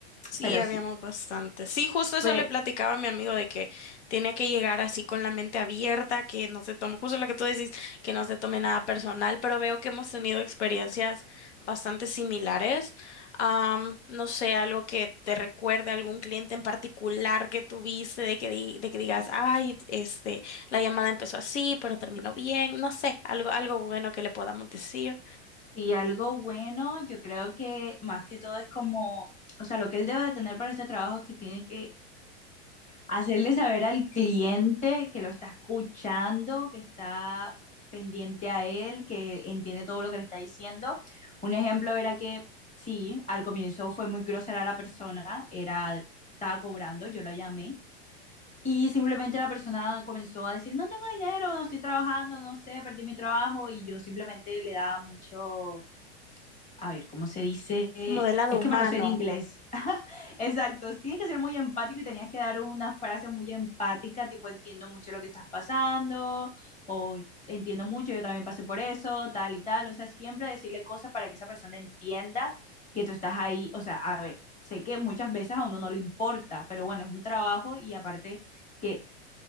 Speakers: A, on the left; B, on the left.
A: Sí,
B: Pero
A: habíamos
B: sí,
A: bastante. Sí, justo eso
B: pero
A: le platicaba a mi amigo de que tiene que llegar así con la mente abierta, que no se tome, justo lo que tú decís, que no se tome nada personal, pero veo que hemos tenido experiencias bastante similares. Am, no sé, algo que te recuerde a algún cliente en particular que tuviste, de que di- de que digas, ay, este, la llamada empezó así, pero terminó bien, no sé, algo, algo bueno que le podamos decir.
B: sí, algo bueno, yo creo que más que todo es como, o sea, lo que él debe de tener para este trabajo es que tiene que hacerle saber al cliente que lo está escuchando, que está pendiente a él, que entiende todo lo que le está diciendo. Un ejemplo era que sí, al comienzo fue muy grosera la persona, era, estaba cobrando, yo lo llamé. Y simplemente la persona comenzó a decir, no tengo dinero, no estoy trabajando, no sé, perdí mi trabajo. Y yo simplemente le daba mucho, a ver, ¿cómo se dice?
A: Modelado
B: Es
A: humano.
B: que me lo sé en inglés. Exacto, tienes que ser muy empático y tenías que dar una frase muy empática, tipo entiendo mucho lo que estás pasando, o entiendo mucho, yo también pasé por eso, tal y tal. O sea, siempre decirle cosas para que esa persona entienda que tú estás ahí. O sea, a ver, sé que muchas veces a uno no le importa, pero bueno, es un trabajo y aparte que